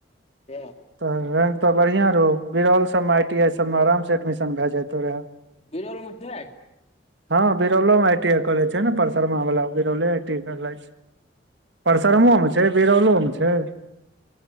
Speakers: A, on the left (about 35°); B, on the right (about 80°).
A: किया
B: तऽ रैंक तऽ बढ़िआँ रहौ बिरौल सम आई टी आई सबमे आरामसँ एडमिशन भए जाइतहु रहए
A: बीरलो <unintelligible>
B: हँ बिरौलों मे आईटी आई कॉलेज छै न परसरमा वाल बिरौले आई टी कॉले छै
A: छियै
B: परसरमोमे
A: हँ
B: छै बिरौलोमे छैय